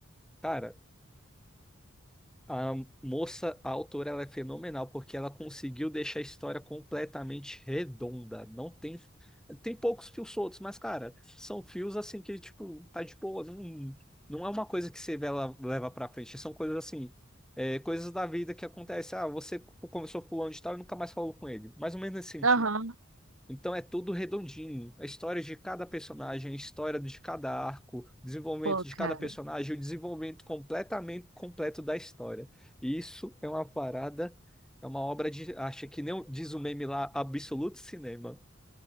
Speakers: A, in the centre; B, on the right.
A: cara. A moça, a autora, ela é fenomenal porque ela conseguiu deixar a história completamente redonda. Não tem tem poucos fios soltos, mas cara, são fios assim que tipo tá de boa, não, não é uma coisa que você vê ela leva pra frente. São coisas assim, é, coisas da vida que acontece. Ah, você conversou com fulano de tal e nunca mais falou com ele. Mais ou menos nesse sentido.
B: aham.
A: Então é tudo redondinho. A história de cada personagem, a história de cada arco, o desenvolvimento
B: Pô,
A: de
B: cara.
A: cada personagem, o desenvolvimento completamente completo da história. E isso é uma parada, é uma obra de acho que nem o- diz o meme lá, absoluto cinema.